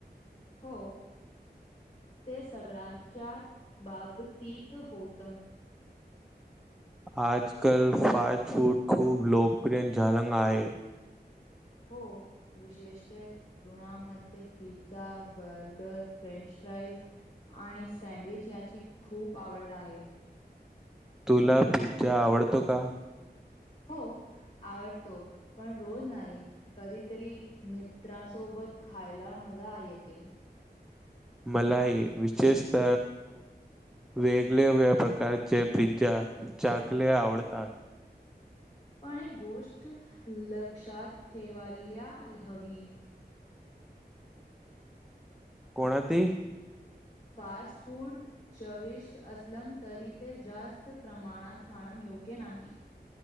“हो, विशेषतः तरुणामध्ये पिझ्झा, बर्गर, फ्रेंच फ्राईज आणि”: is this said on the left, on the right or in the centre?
Left